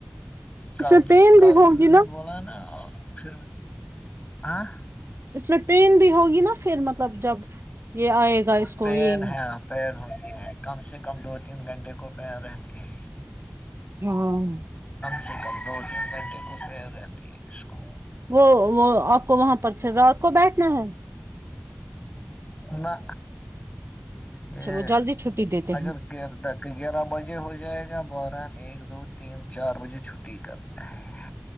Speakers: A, on the left; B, on the right.
A: کل
B: اس میں پین
A: کل
B: بھی ہوگی
A: انہوں
B: نا
A: نے بولا نا پھر آ <unintelligible>
B: اس میں پین بھی ہوگی نا پھر مطلب جب یہ آئے گا اس کو
A: پین
B: یہ
A: ہے پین ہوتی ہے کم سے کم دو تین گھنٹے کو پین رہتی ہے
B: ہاں
A: کم دو تین گھنٹے کو پین رہتی ہے اس کو
B: وہ وہ آپ کو وہاں پر اپ کو پھر رات کو بیٹھنا ہے
A: نہ یہ
B: اچھا وہ جلدی چھٹی دیتے
A: اگر
B: ہیں
A: گیارہ بجے ہو جائے گا بارہ ایک دو تین چار بجے چھٹی کرتے ہیں